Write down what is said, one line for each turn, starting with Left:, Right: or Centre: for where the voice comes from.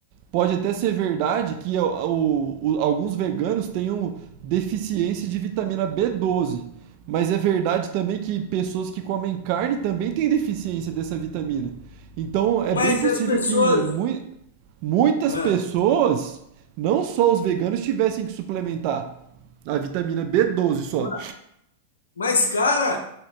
Right: pode até ser verdade que o- o- o- alguns veganos tenham deficiência de vitamina B12, mas é verdade também que pessoas que comem carne também têm deficiência dessa vitamina. Então, é
Left: Mas
Right: bem possível
Left: as pessoas.
Right: que mui- muitas
Left: Ah,
Right: pessoas, não só os veganos, tivessem que suplementar a vitamina B12 só.
Left: ma- Mas, cara,